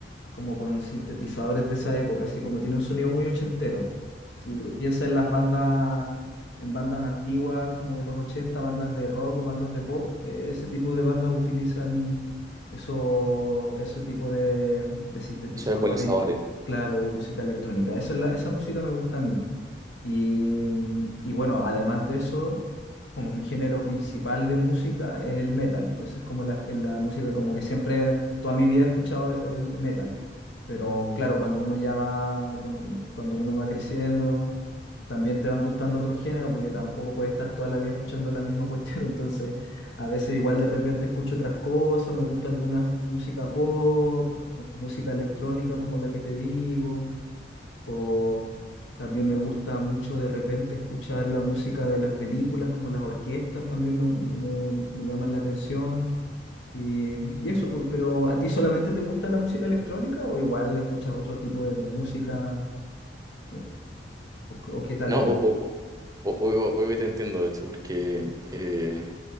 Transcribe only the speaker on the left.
como con sintetizadores de esa época, así como tiene un sonido muy ochentero. Si piensa en las bandas, en bandas antiguas como de los ochenta bandas de rock o bandas de pop, eh, ese tipo de bandas utilizan eso, ese tipo de, de sintetizadores
y, claro, de música electrónica. Eso es la- esa música me gusta a mí. Y, mm, y bueno, además de eso, como mi género principal de música es el metal. Esa es como la, la música, como que siempre, toda mi vida he escuchado el metal. Pero claro, cuando uno ya va, con- cuando uno va creciendo, también te van gustando otros géneros, porque tampoco puedes estar toda la vida escuchando la misma cuestión. <laughs> Entonces, a veces igual de repente escucho otras cosas, me gusta alguna música pop, música electrónica como la que te digo. O también me gusta mucho de repente escuchar la música de las películas, como las orquestas también me, me- me llaman la atención. Y, y eso, pues, pero ¿a ti solamente te gusta la música electrónica o igual escuchas otro tipo de música? ¿O, o- o qué tal
ahí?